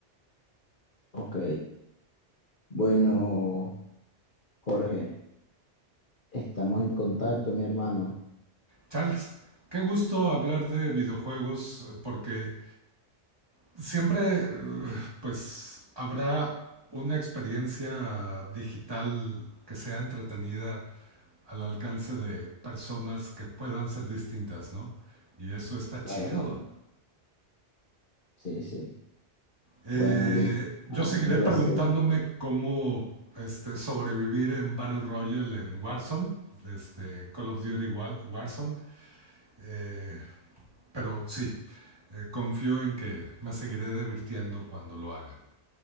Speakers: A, on the left; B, on the right.
A: ok. Bueno, Jorge, estamos en contacto, mi hermano.
B: Charles, qué gusto hablar de videojuegos porque siempre pues habrá una experiencia digital que sea entretenida al alcance de personas que puedan ser distintas, ¿no? Y eso está
A: Claro,
B: chido.
A: claro. Sí, sí.
B: Eh,
A: Bueno, listo.
B: yo
A: Bueno,
B: seguiré
A: un placer.
B: preguntándome cómo este, sobrevivir en Battle Royale en Warzone, este, Call of Duty War, Warzone. Eh, pero sí, eh, confío en que me seguiré divirtiendo cuando lo haga.